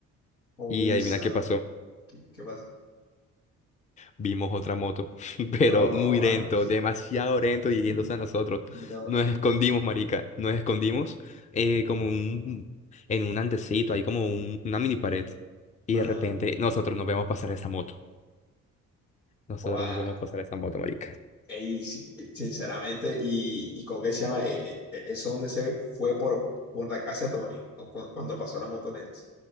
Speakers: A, on the left; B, on the left.
A: uy,
B: Y adivina
A: son,
B: qué pasó.
A: ¿qué, qué pasa?
B: Vimos otra moto, <laughs> pero
A: No, joda.
B: muy lento, demasiado lento y yéndose
A: Mm,
B: a nosotros.
A: no,
B: Nos
A: y-
B: escondimos, marica, nos escondimos eh, como un, en un andecito, hay como un- una mini pared. Y
A: ajá,
B: de repente nosotros nos vemos pasar esa moto. Nosotros
A: joda,
B: nos vemos pasar esa moto, marica.
A: ey, sí, sinceramente, y, y con qué se llama, Eh, eh, eso donde se fue por, por la casa de Tony, o cu- cuando pasó la motoneta.